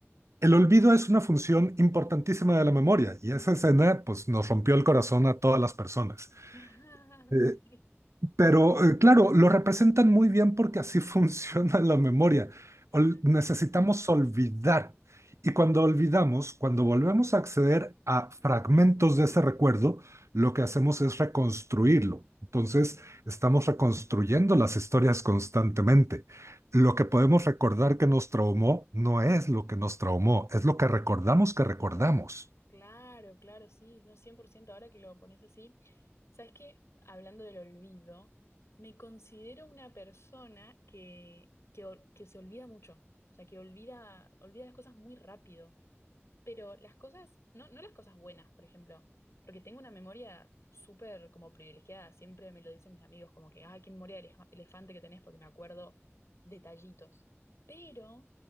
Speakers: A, on the right; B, on the left.
A: El olvido es una función importantísima de la memoria y esa
B: Mm.
A: escena, pues, nos rompió el corazón a todas las personas.
B: <laughs>
A: Eh,
B: Sí.
A: Pero eh, claro, lo representan muy bien porque así <laughs> funciona la memoria.
B: Ah,
A: Ol- necesitamos
B: mira,
A: olvidar. Y cuando olvidamos, cuando volvemos a acceder a fragmentos de ese recuerdo, lo
B: sí,
A: que hacemos es reconstruirlo. Entonces,
B: mira.
A: estamos reconstruyendo las historias constantemente. Lo que podemos recordar que nos traumó no
B: Mm,
A: es lo que nos traumó, es lo que recordamos que recordamos.
B: Claro, claro, sí, no, 100%. ahora que lo pones así. ¿Sabes qué? Hablando del olvido, me considero una persona que, que, ol- que se olvida mucho, o sea, que olvida, olvida las cosas muy rápido. pero las cosas, no, no las cosas buenas, por ejemplo, porque tengo una memoria súper como privilegiada, siempre me lo dicen mis amigos, como que, ay, qué memoria de elef- elefante que tenés, porque me acuerdo detallitos. Pero